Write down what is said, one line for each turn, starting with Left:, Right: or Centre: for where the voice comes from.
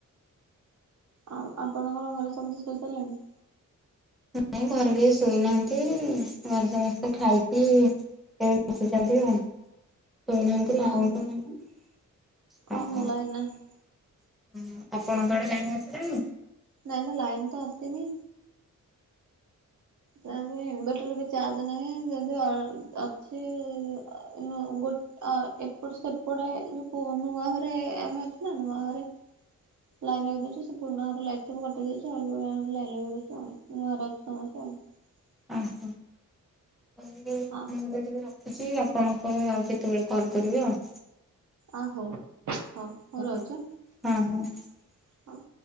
Right: ଆଉ ଆପଣଙ୍କର ଘରେ ସମସ୍ତେ ଶୋଇ ସାରିଲେଣି?
Centre: ନାଇଁ ଘରେ କେହି ଶୋଇନାହାଁନ୍ତି, ଘରେ ସମସ୍ତେ ଖାଇକି ଏଇଠି ବସିଛନ୍ତି ଆଉ। ଶୋଇନାହାଁନ୍ତି ଲାଇନ୍
Right: ହୁଁ ହୁଁ
Centre: ତ ନାହିଁ।
Right: ଓହୋ
Centre: ହଁ। ହୁଁ।
Right: ଲାଇନ ନାହିଁ
Centre: ଆପଣଙ୍କ ଆଡେ ଲାଇନ୍ ଆସିଲାଣିି?
Right: ନାଇଁ ନା ଲାଇନ ତ ଆସିନି। ସେନ୍ତି ଇନଭଟର ବି ଚାର୍ଜ ନାହିଁ, ଯେମତି ଅ-ଅଛି ଅ ନୁଅ ଗୋ ଆ ଏପଟ ସେପଟେ ଯୋଉ ନୂଆ ଘରେ ଆମେ ଅଛୁ ନା, ନୂଆ ଘରେ ଲାଇନ ଲଗେଇଦେଇଛୁ, ସେ ପୁରୁଣା ଘର ଲାଇଟ ସବୁ କଟି ଯାଇଛି। ଆଉ ନୂଆ ଘରେ ଲାଇନ ଲଗେଇଦେଇଛୁ ଆଉ। ନୂଆ ଘରେ ଅଛୁ ସମସ୍ତେ ଆଉ। <inaudible>
Centre: ଆ ହୋ। <unintelligible> ଅଛି,
Right: ଆ
Centre: ଆପଣଙ୍କୁ ଆଉ କେତେବେଳେ କଲ୍ କରିବି ଆଉ।
Right: ଓ ହଉ। ହଉ
Centre: ହ
Right: ହଉ ରହୁଛୁ
Centre: ହଁ ହଁ।
Right: ହଉ।